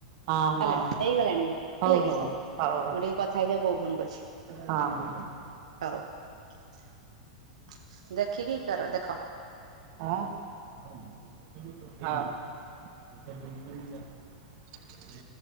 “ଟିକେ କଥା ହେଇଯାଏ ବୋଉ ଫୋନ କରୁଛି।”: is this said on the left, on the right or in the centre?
Right